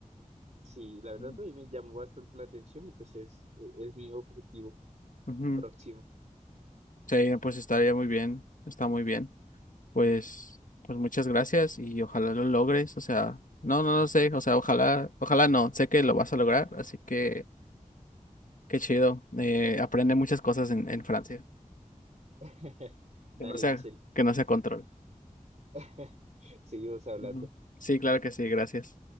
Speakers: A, on the right; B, on the left.
A: Sí, la verdad
B: Ujú.
A: a mí me llamó bastante la atención y pues es, es mi objetivo
B: Ujú.
A: próximo.
B: Sí, pues estaría muy bien, está muy bien. Pues, pues muchas gracias y ojalá lo logres, o sea, no, no, no sé, o sea, ojalá, ojalá no, sé que lo vas a lograr, así que qué chido. Eh, aprende muchas cosas en, en Francia,
A: <laughs> Dale,
B: que no sea,
A: Michelle,
B: que no sea control.
A: <laughs> seguimos hablando.
B: Ujú. Sí, claro que sí, gracias.